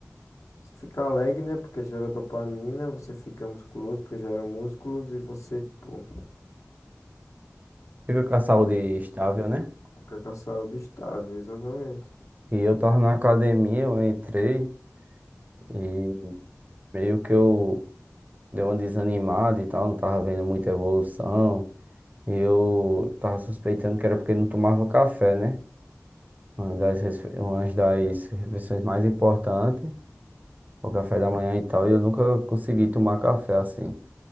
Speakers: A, on the left; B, on the right.
A: você fica alegre, né? Porque gera dopamina, você fica musculoso porque gera músculos e você, tipo,
B: fico com a saúde estável, né?
A: fica com a saúde estável, exatamente.
B: E eu tava na academia, eu entrei e meio que eu. deu uma desanimada e tal, não tava vendo muita evolução. E eu tava suspeitando que era porque não tomava café, né? Uma das, resfe- uma das refeições mais importantes, o café da manhã e tal, e eu nunca consegui tomar café assim,